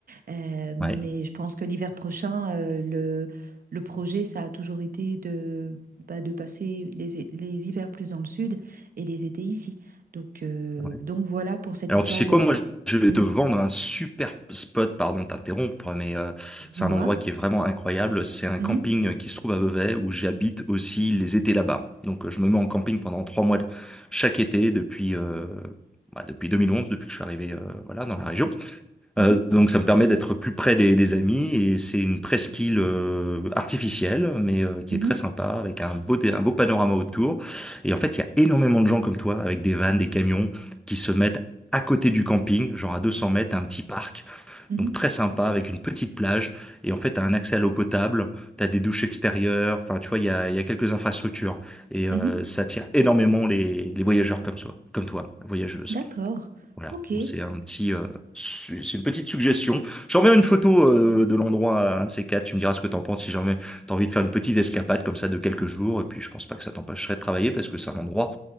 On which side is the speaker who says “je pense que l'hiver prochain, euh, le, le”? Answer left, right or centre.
Right